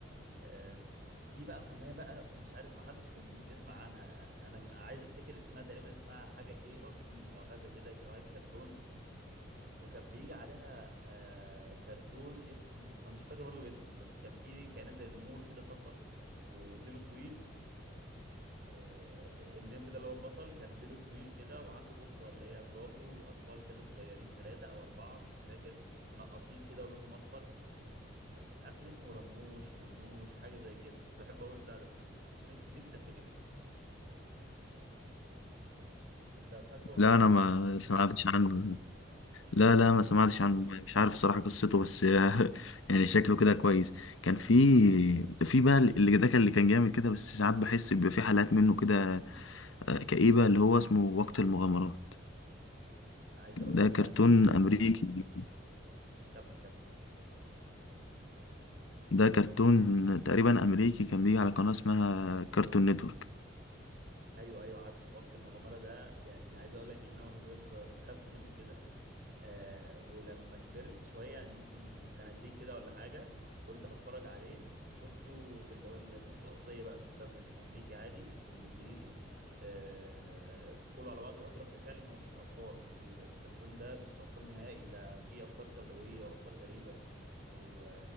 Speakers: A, on the right; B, on the left.
A: آم، في بقى قناة بقى مش عارف ما حدش كان بيسمع عنها انا عايز افتكر اسمها تقريبا اسمها حاجة اي ار تي او حاجة زي كده قناة كرتون وكان بيجي عليها آه كرتون اسمه أنا مش فاكر برضو اسمه بس كان في كائنات زي نمور كده صفرة وديله طويل آه النمر ده اللي هو البطل كان ديله طويل كده وعنده أسرة اللي هي مراته وأطفال كده صغيرين ثلاثة أو أربعة مش فاكر منقطين كده ولونهم أصفر ومش عارف كان اسمه رموش نموش حاجة زي كده كنت بحب أقول بتاع ده نفسي نفسي افتكر اسمه انت فاكره
B: لا
A: او عارفه
B: أنا ما
A: يعني
B: سمعتش عنه
A: اه
B: لا لا ما سمعتش عنه مش عارف الصراحة قصته بس <laughs> يعني شكله كده كويس كان في في بقى اللي ده كان اللي كان جامد كده بس ساعات بحس بيبقى في حلقات منه كده آه، كئيبة اللي هو اسمه وقت المغامرات
A: عايز اقول
B: ده
A: لك
B: كرتون
A: بقى
B: أمريكي
A: نكمل كمل
B: ده كرتون تقريبا أمريكي كان بيجي على قناة اسمها كارتون نتورك
A: ايوه ايوه عارفه وقت المغامره ده يعني عايز اقول لك ان انا وانا صغير كنت بخاف منه كده آه ولما كبرت شوية يعني ممكن من سنتين كده ولا حاجة قلت هتفرج عليه شفته باللي هو النسخة الأصلية بقى مش مدبلج أمريكي عادي بالإنجليزي آه كله على بعضه وأدركت فعلا هو مش الأطفال ال- الكرتون ده مش الأطفال نهائي ده فيه أفكار سوداوية وأفكار غريبة و... و...